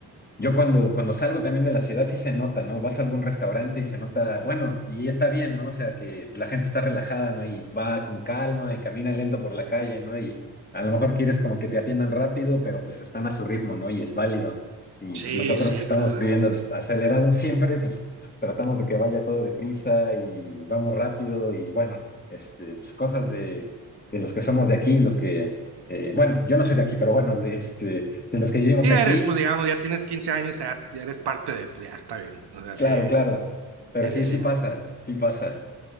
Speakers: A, on the left; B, on the right.
A: yo cuando, cuando salgo también de la ciudad sí se nota, ¿no? Vas a algún restaurante y se nota, bueno, y está bien, ¿no? O sea, que la gente está relajada, ¿no? Y va con calma y camina lento por la calle, ¿no? Y a lo mejor quieres como que te atiendan rápido, pero pues están a su ritmo, ¿no? Y es válido. Y
B: Sí,
A: pues nosotros
B: sí,
A: que estamos
B: claro.
A: viviendo des- acelerados siempre, pues tratamos de que vaya todo deprisa y vamos rápido y bueno, este, pues cosas de, de los que somos de aquí, los que, eh, bueno, yo no soy de aquí, pero bueno, de- este de los que vivimos
B: Sí,
A: aquí,
B: eres, pues digamos, ya tienes 15 años, ya, ya eres parte de, pues ya está bien. O sea,
A: Claro,
B: sí,
A: claro. Pero
B: sí,
A: sí,
B: sí,
A: sí
B: sí.
A: pasa, sí pasa.